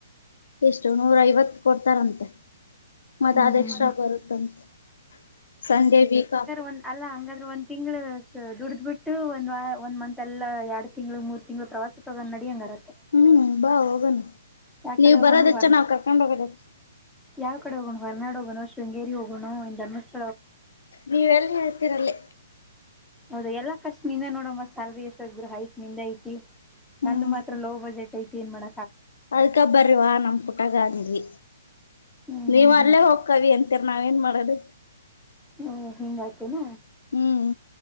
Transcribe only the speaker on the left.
ಎಷ್ಟು ನೂರ ಐವತ್ತು ಕೊಡ್ತಾರಂತೆ ಮತ್ತ
ಅದ್
ಎಕ್ಸ್ಟ್ರಾ
ಬರುತ್ತಂತೆ ಸಂಡೇ ವೀಕಾ
ಹ್ಮ್ ಬಾ ಹೋಗಣ.
ನೀವ್ ಬರೋದ
ಹೆಚ್ಚ
ನಾವ್ ಕರ್ಕೊಂಡ್ ಹೋಗೋದ ಹೆಚ್ಚ
ನೀವೆಲ್ಲಿ ಹೇಳ್ತೀರಲ್ಲಿ.
ಹ್ಮ್
ಅದ್ಕ ಬರ್ರಿವಾ ನಮ್ ಪುಟಾಗ ಅಂದ್ವಿ.
ನೀವ್
ಅಲ್ಲೇ ಹೋಕ್ಕವಿ ಅಂತೀರ್ ನಾವೇನ್ ಮಾಡದ್.
ಹ್ಮ್